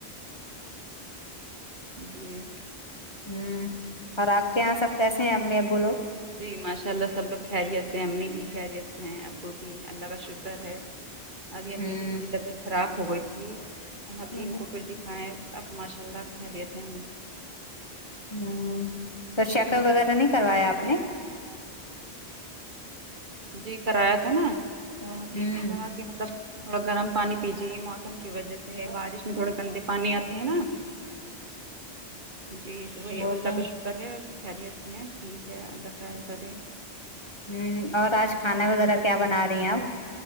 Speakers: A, on the right; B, on the left.
A: جی <inaudible>
B: ہوں اور آپ کے یہاں سب کیسے ہیں ا میں اب لوگ
A: جی ماشاء اللہ سب لوگ خیریت ہیں امی بھی خیریت ہیں ابو بھی اللہ کا شکر ہے
B: <inaudible>
A: ابھی امی
B: ہ
A: کی تھوڑی طبیعت خراب ہو گئی تھی حکیم
B: ہ
A: کو پھر د کھیں اب ماشاء اللہ کہ لیے تھے
B: ہ تو چیک اپ وغیرہ
A: جی
B: نہیں کروایا آپ نے
A: جی کرایا تھا نا وہ حکیم
B: ہ
A: نے کہا مطلب تھوڑا گرم پانی پیجیے موسم کی وجہ سے بارش میں تھوڑے گندے پانی آ نا جی تو وہی
B: وہ
A: اللہ
B: تو
A: پش <inaudible> کرے خیری ہستتے ہیں ٹھیک ہے اللہ خیر کرے <inaudible>
B: ہوں اور آج کھانا وغیرہ کیا بنا رہی ہیں آپ